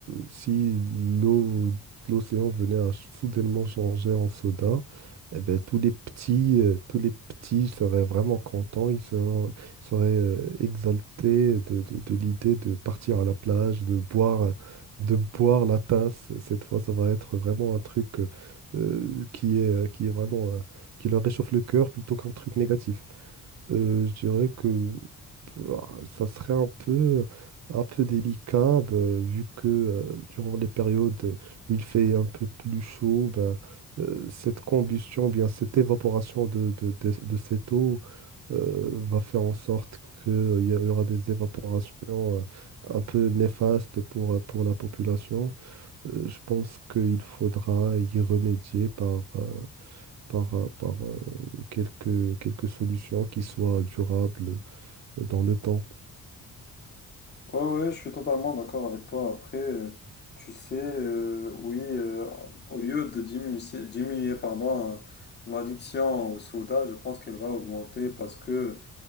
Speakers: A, on the right (about 50°); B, on the left (about 30°).
A: si l'eau, l'océan venait à ch- soudainement changer en soda, eh ben, tous les petits, euh, tous les petits seraient vraiment contents, ils seraient, seraient, euh, exaltés de, de- de l'idée de partir à la plage, de boire, de boire la tasse. Cette fois, ça va être vraiment un truc euh, euh, qui est, qui est vraiment, euh, qui leur réchauffe le cœur plutôt qu'un truc négatif. Euh, je dirais que bah, ça serait un peu, un peu délicat bah, vu que euh, durant les périodes où il fait un peu plus chaud, bah, euh, cette combustion, bien cette évaporation de, de, de- de cette eau euh, va faire en sorte qu'il y a- y aura des évaporations euh, un peu néfastes pour, euh, pour la population. Euh, je pense qu'il faudra y remédier par, euh, par, euh, par euh, quelques, quelques solutions qui soient durables euh, dans le temps.
B: Oui, ouais, ouais, je suis totalement d'accord avec toi. Après, euh, tu sais, euh, oui, euh, au lieu de diminuer, diminuer, pardon, hein, l'addiction au soda, je pense qu'elle va augmenter parce que